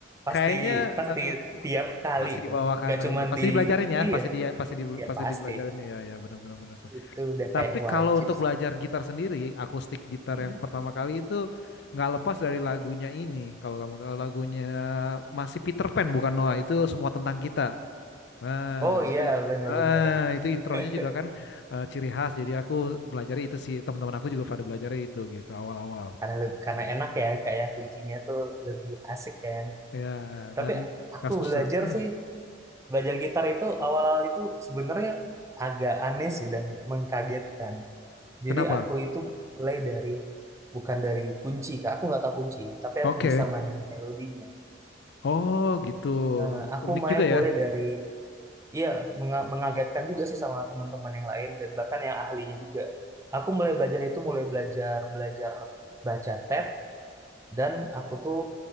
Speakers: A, on the right (about 15°); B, on the left (about 55°).
A: pasti
B: kayaknya
A: pasti
B: eh, eh,
A: tiap kali
B: pasti dibawakan
A: tuh. Nggak
B: lah
A: cuman
B: ya. Pasti
A: di
B: dibelajarin ya.
A: iya,
B: Pasti di pasti di
A: iya
B: pasti
A: pasti.
B: dibelajarin ya ya benar-benar benar. benar, benar.
A: Itu udah
B: Tapi
A: kayak wajib
B: kalau untuk belajar
A: sih.
B: gitar sendiri, akustik gitar
A: Mm-mm.
B: yang pertama kali itu nggak lepas dari lagunya ini. Kalau kamu tahu lagunya masih Peter Pan bukan Noah, itu semua tentang kita. Nah,
A: Oh iya,
B: itu
A: benar
B: ah,
A: benar benar.
B: itu intronya
A: <laughs>
B: juga kan eh, ciri khas. Jadi aku belajar itu sih, teman-teman aku juga pada belajar itu gitu awal-awal.
A: karena le- karena enak ya kayak kuncinya tuh lebih asik kan
B: Ya,
A: tapi
B: dan
A: aku
B: nggak susah.
A: belajar
B: Hmm,
A: sih belajar gitar itu awal-awal itu sebenarnya agak aneh sih dan mengkagetkan jadi
B: kenapa?
A: aku itu mulai dari bukan dari kunci kak aku nggak tahu kunci tapi
B: Oke.
A: aku bisa main melodinya
B: Oh, gitu.
A: Eh, aku
B: Unik
A: main
B: juga ya.
A: mulai dari iya menga- mengagetkan juga sih sama teman-teman yang lain dan bahkan yang ahlinya juga aku mulai belajar itu mulai belajar belajar baca tab dan aku tuh